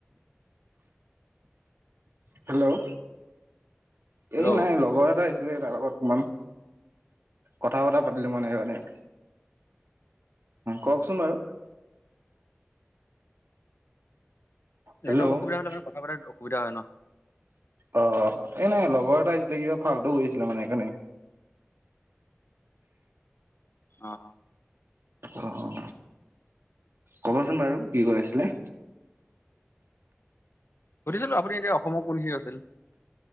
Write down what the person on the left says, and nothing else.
হেল্ল'
অ
নেটৱৰ্ক
অসুবিধা হ'লে মানে কথা পতাই অসুবিধা হয় ন
অঁ
সুধিছিলো আপুনি এতিয়া অসমৰ কোনখিনিত আছে?